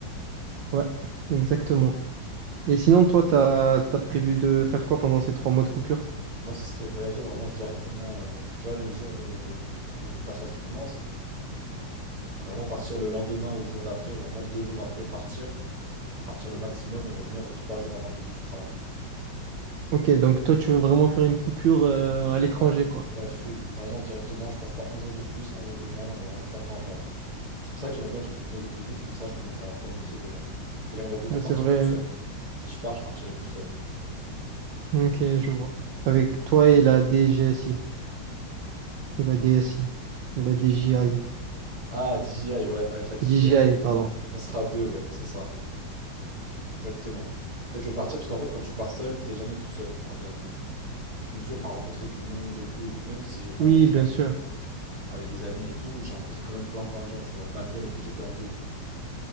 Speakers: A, on the right; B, on the right.
A: ouais, exactement. Et sinon, toi, t'as, t'as prévu de faire quoi pendant ces trois mois de coupure?
B: Moi, ce serait voyager vraiment directement, euh, tu vois, le jour où on, où on passe la soutenance, à vraiment partir le lendemain ou le jour d'après, genre vraiment deux jours après, partir, et partir le maximum et revenir trois jours avant le début du travail, quoi.
A: Ok, donc toi, tu veux vraiment faire une coupure euh, à l'étranger,
B: Ouais.
A: quoi.
B: Ouais, full, vraiment directement, je passe pas un jour de plus, un jour de moins, j'ai vraiment pas de temps à perdre. C'est pour ça que j'aimerais bien qu'ils me proposent au plus vite, comme ça je commence à planifier déjà. Et j'aimerais beaucoup
A: Ouais,
B: partir
A: c'est vrai.
B: tout seul. Si je pars, je partirai tout seul.
A: Ok, je vois. Avec toi et la DGSI, ou la DSI, ou
B: C'est
A: la
B: qui?
A: DJI.
B: Ah, DJI, ouais, avec la DJI,
A: DJI,
B: exactement.
A: pardon.
B: On sera deux, ouais, c'est ça. Exactement. En fait, je veux partir parce qu'en fait, quand tu pars seul, t'es jamais tout seul, en réellement. Tu finis toujours par rencontrer du monde et tout. Et puis même si j'ai fait
A: Oui,
B: un échange
A: bien sûr.
B: euh, avec des amis et tout, j'ai rencontré quand même plein plein de gens, tu vois, malgré le fait que j'étais en groupe.